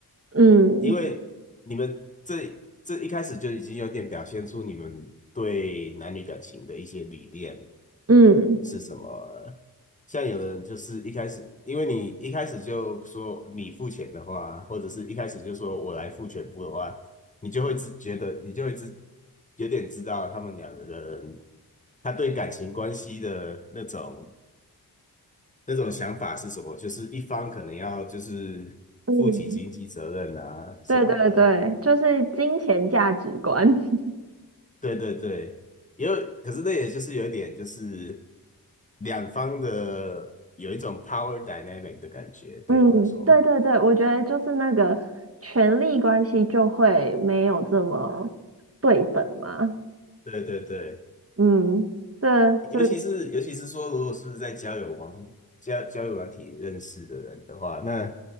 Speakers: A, on the right (about 40°); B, on the left (about 20°).
A: 嗯
B: 因为你们这这一开始就已经有点表现出你们对男女感情的一些理念，
A: 嗯
B: 是什么？像有的人就是一开始，因为你一开始就说你付钱的话，或者是一开始就说我来付全部的话，你就会自觉得，你就会自有点知道他们两个人他对感情关系的那种那种想法是什么，就是一方可能要就是负起经济责任啊什么的，
A: 嗯。对对对，就是金钱价值观。<laughs>
B: 对对对，也有，可是那也就是有一点，就是两方的有一种 power dynamic 的感觉，对我来说。
A: 嗯，对对对，我觉得就是那个权力关系就会没有这么对等嘛。
B: 对对对，
A: 嗯，这这，
B: 尤其是尤其是说，如果是在交友网交交友软体认识的人的话，那